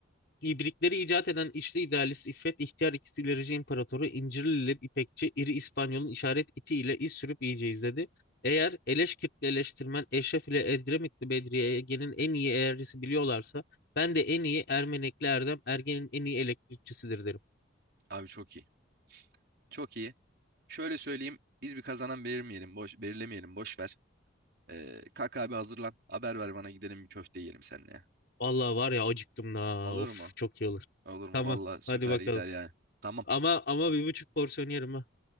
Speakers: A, on the left; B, on the right.
A: İbrikleri icat eden içli idealist İffet, ihtiyar ikisi ilerici imparatoru, İncirlili İpekçi, iri İspanyol'un işaret iti ile iz sürüp iyice izledi. Eğer Eleşkirtli eleştirmen Eşref ile Edremitli Bedriye Ege'nin en iyi eğercisi biliyorlarsa ben de en iyi Ermenekli Erdem Ergen'in en iyi elektrikçisidir derim.
B: abi çok iyi. Çok iyi. Şöyle söyleyeyim biz bir kazanan belirmeyelim, boş, belirlemeyelim boş ver. Ee, kalk abi hazırlan haber ver bana gidelim bir köfte yiyelim seninle.
A: Vallahi var ya acıktım da
B: Olur
A: of
B: mu?
A: çok iyi olur.
B: Olur mu?
A: Tamam
B: Valla süper
A: hadi bakalım.
B: gider yani. Tamam.
A: Ama ama bir buçuk porsiyon yerim ha.